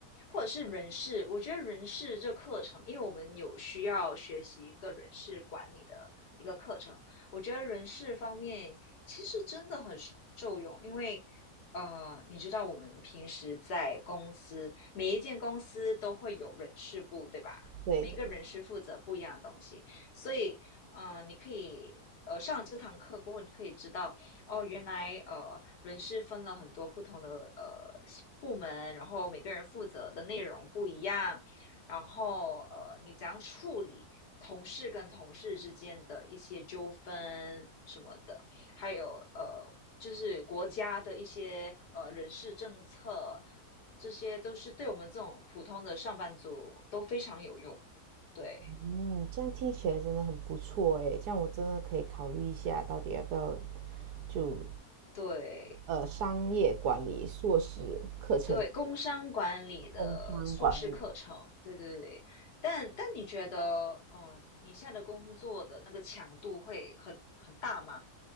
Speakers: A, on the left; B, on the right.
A: 或者是人事，我觉得人事这课程，因为我们有需要学习一个人事管理的一个课程，我觉得人事方面其实真的很受用，因为呃，你知道我们平时在公司，每一间公司都会有人事部，对吧？
B: 对的，
A: 每个人事负责不一样的东西，所以嗯、呃，你可以呃上了这堂课过后，你可以知道哦，原来呃，人事分了很多不同的呃部门，然后每个人负责的内容不一样，然后呃，你怎样处理同事跟同事之间的一些纠纷什么的，还有呃，就是国家的一些呃人事政策，这些都是对我们这种普通的上班族都非常有用。对
B: 嗯，这样听起来真的很不错诶，这样我真的可以考虑一下，到底要不要就
A: 对，
B: 呃商业管理硕士课程，
A: 对，工商管理的硕士课程，
B: 工商管理
A: 对对对。但但你觉得，嗯、呃你现在的工作的那个强度会很很大吗？